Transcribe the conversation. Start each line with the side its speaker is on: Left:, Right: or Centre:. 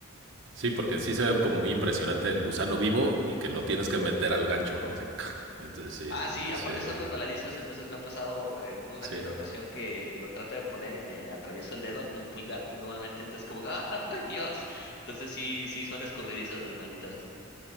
Right: Sí, porque sí se ve como muy impresionante el gusano vivo y que lo tienes que meter al gancho, ¿no? Así, ¡cac! entonces, sí,
Left: Ah, sí,
Right: dice,
Left: aparte son resbaladizos, entonces me ha pasado eh, en una
Right: sí.
Left: que otra ocasión que lo trato de poner y me atravieso el dedo, el pulgar, normalmente, entonces como, que, <laughs> ¡ay, Dios! Entonces sí, sí son escurridizos los malditos.